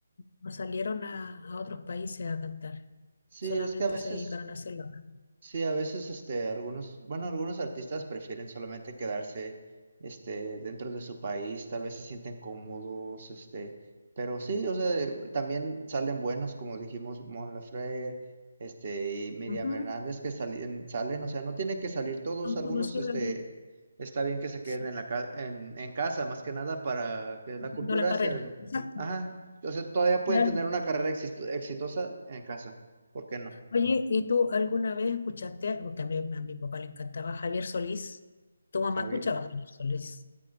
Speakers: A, on the left; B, on the right.
A: no salieron a, a otros países a cantar,
B: Sí,
A: solamente
B: es que a veces
A: se dedicaron a hacerlo acá.
B: Sí, a veces, este, algunos, bueno, algunos artistas prefieren solamente quedarse, este, dentro de su país, tal vez se sienten cómodos, este, pero sí, o sea, eh, también salen buenos, como dijimos, Mon Laferte, este, y Miriam
A: Ujú,
B: Hernández, que salen, salen, o sea, no tienen que salir todos,
A: Son
B: algunos,
A: conocidos,
B: este, está bien que se queden
A: sí,
B: en la ca- en, en casa, más que nada para que la
A: haciendo
B: cultura
A: la carrera.
B: se,
A: Exacto,
B: ajá, o sea, todavía pueden
A: claro.
B: tener una carrera exist- exitosa en casa, ¿por qué no?
A: Oye, ¿y tú alguna vez escuchaste, algo? porque a mí, a mi papá le encantaba Javier Solís, ¿tu mamá
B: Javier.
A: escuchaba a Javier Solís?